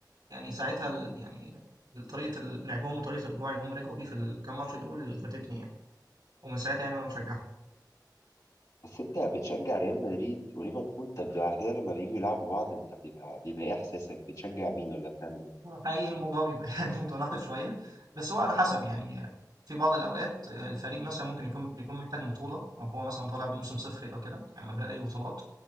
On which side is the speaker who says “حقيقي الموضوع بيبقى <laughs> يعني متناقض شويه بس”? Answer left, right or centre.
Right